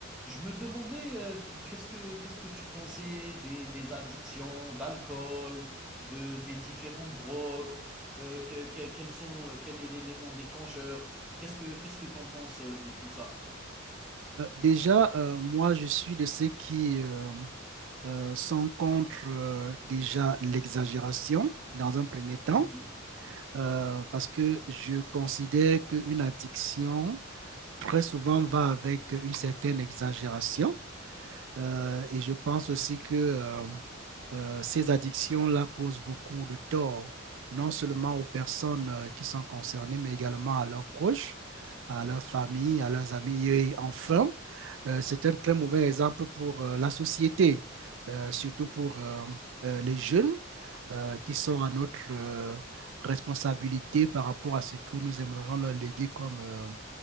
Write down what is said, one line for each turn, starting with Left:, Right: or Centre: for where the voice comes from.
Centre: Je me demandais, euh, qu'est-ce que, qu'est-ce que tu pensais des, des addictions, d'alcool, de, des différentes drogues, euh, que- que- quels sont, euh, quel est l'élément déclencheur? Qu'est-ce que, qu'est-ce que tu en penses euh, de tout ça?
Right: Euh, déjà, euh, moi, je suis de ceux qui euh, euh, sont contre euh, déjà l'exagération dans un premier temps,
Centre: Oui.
Right: euh, parce que je considère qu'une addiction, très souvent, va avec une certaine exagération. Euh, et je pense aussi que euh, euh, ces addictions-là causent beaucoup de tort, non seulement aux personnes euh, qui sont concernées, mais également à leurs proches, à leur famille, à leurs amis. Et enfin, euh, c'est un très mauvais exemple pour euh, la société, euh, surtout pour euh, euh, les jeunes euh, qui sont à notre euh, responsabilité par rapport à ce que nous aimerions leur léguer comme, euh,